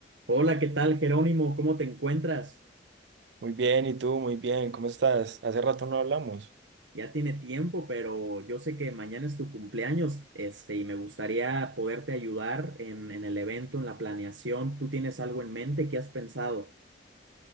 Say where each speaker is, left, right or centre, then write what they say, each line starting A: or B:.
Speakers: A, on the right; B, on the right.
A: Hola, ¿qué tal, Jerónimo? ¿Cómo te encuentras?
B: Muy bien, ¿y tú? Muy bien, ¿cómo estás? Hace rato no hablamos.
A: Ya tiene tiempo, pero yo sé que mañana es tu cumpleaños, este, y me gustaría poderte ayudar en, en el evento, en la planeación. ¿Tú tienes algo en mente? ¿Qué has pensado?